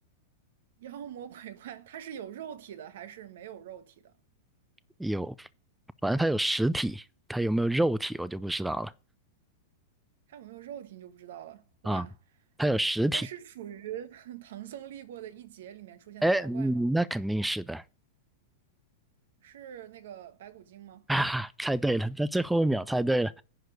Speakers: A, on the right; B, in the centre.
A: 妖魔鬼怪，他是有肉体的还是没有肉体的？
B: 有，反正它有实体，它有没有肉体我就不知道了
A: 它有没有肉体你就不知道了。
B: 啊。
A: 哇，
B: 它有实体，
A: 那是属于 <laughs> 唐僧历过的一劫里面出现的妖怪吗？
B: 哎，嗯那肯定是的
A: 是那个白骨精吗？
B: 啊，猜对了，在最后一秒猜对了，